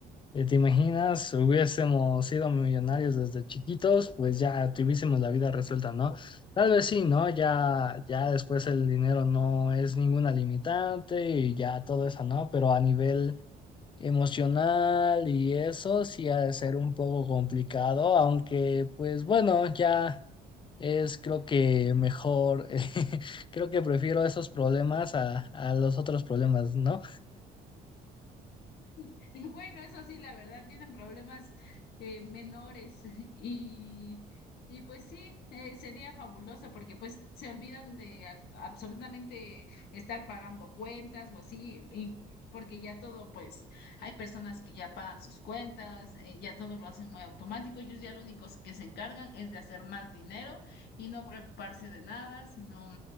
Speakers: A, on the left; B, on the left.
A: eh, ¿te imaginas? Hubiésemos sido millonarios desde chiquitos, pues ya tuviésemos la vida resuelta, ¿no? Tal vez sí, ¿no? Ya, ya después el dinero no es ninguna limitante y ya todo eso, ¿no? Pero a nivel emocional y eso sí ha de ser un poco complicado, aunque pues bueno, ya. Es creo que mejor, <laughs> eh, creo que prefiero esos problemas a, a los otros problemas, ¿no?
B: <laughs> Y bueno, eso sí, la verdad, tienen problemas eh, menores <laughs> y, y pues sí, eh, sería fabuloso porque pues se olvidan de a- absolutamente estar pagando cuentas o así, y porque ya todo, pues hay personas que ya pagan sus cuentas, eh, ya todo lo hacen muy automático, ellos ya lo único que se encargan es de hacer más dinero y no preocuparse de nada, sino,